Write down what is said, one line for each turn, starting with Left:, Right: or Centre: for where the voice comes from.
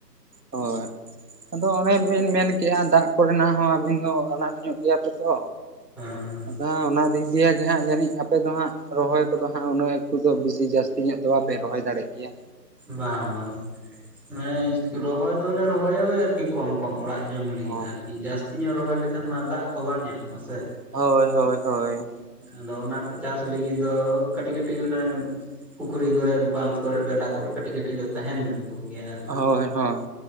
Right: ᱦᱚᱭ ᱟᱫᱚ ᱚᱱᱮ ᱵᱤᱱ ᱢᱮᱱᱠᱮᱜ-ᱟ ᱫᱟᱜ ᱠᱚ ᱨᱮᱱᱟᱜ ᱦᱚᱸ ᱟᱵᱤᱱ ᱫᱚ ᱟᱱᱟᱴ ᱧᱚᱜ ᱜᱮᱭᱟ ᱯᱮ ᱛᱚ᱾
Centre: ᱦᱮᱸ
Right: ᱟᱫᱚ ᱦᱟᱸᱜ ᱚᱱᱟ ᱫᱤ ᱤᱭᱟᱹ ᱜᱮ ᱦᱟᱸᱜ ᱡᱟᱹᱱᱤᱡ ᱟᱯᱮ ᱫᱚ ᱦᱟᱸᱜ ᱨᱚᱦᱚᱭ ᱠᱚᱫᱚ ᱦᱟᱸᱜ ᱩᱱᱟᱹᱜ ᱮᱠᱴᱩ ᱫᱚ ᱵᱤᱥᱤ ᱡᱟᱥᱛᱤ ᱧᱚᱜ ᱫᱚ ᱵᱟᱯᱮ ᱨᱚᱦᱚᱭ ᱫᱟᱲᱮᱜ ᱜᱮᱭᱟ᱾
Centre: ᱵᱟᱝ ᱵᱟᱝ ᱢᱟᱱᱮ ᱨᱚᱦᱚᱭ ᱫᱚᱞᱮ ᱨᱚᱦᱚᱭᱟ ᱳᱭ ᱟᱨ ᱠᱤ ᱠᱚᱢ ᱠᱚᱢ ᱚᱲᱟᱜ ᱡᱚᱢ ᱞᱟᱹᱜᱤᱫ
Right: ᱚ
Centre: ᱟᱨᱠᱤ ᱡᱟᱹᱥᱛᱤ ᱧᱚᱜ ᱨᱚᱦᱚᱭ ᱞᱮᱠᱷᱟᱱ ᱢᱟ ᱫᱟᱜ ᱠᱚ ᱵᱟᱝ ᱧᱟᱢᱚᱜ-ᱟ ᱥᱮ᱾
Right: ᱦᱳᱭ ᱦᱳᱭ ᱦᱳᱭ
Centre: ᱟᱫᱚ ᱚᱱᱟ ᱠᱚ ᱪᱟᱥ ᱞᱟᱹᱜᱤᱫ ᱫᱚ ᱠᱟᱹᱴᱤᱡ ᱠᱟᱹᱴᱤᱡ ᱚᱱᱮ ᱯᱩᱠᱷᱨᱤ ᱠᱚᱨᱮᱫ ᱵᱟᱸᱫᱽ ᱠᱚᱨᱮᱫ ᱜᱟᱰᱟ ᱠᱚᱨᱮᱫ ᱠᱟᱹᱴᱤᱡ ᱠᱟᱴᱤᱡ ᱫᱚ ᱛᱟᱦᱮᱱ ᱧᱚᱜ ᱜᱚᱜ ᱜᱮᱭᱟ ᱟᱨᱠᱤ᱾
Right: ᱦᱳᱭ ᱦᱳᱭ